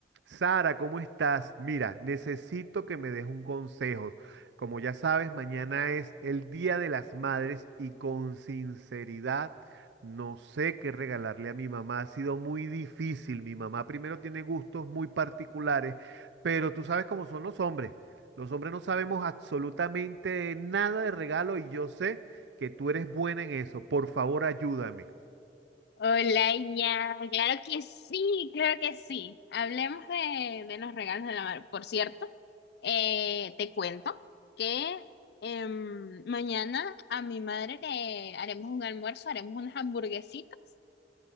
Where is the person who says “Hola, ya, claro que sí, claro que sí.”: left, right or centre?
Left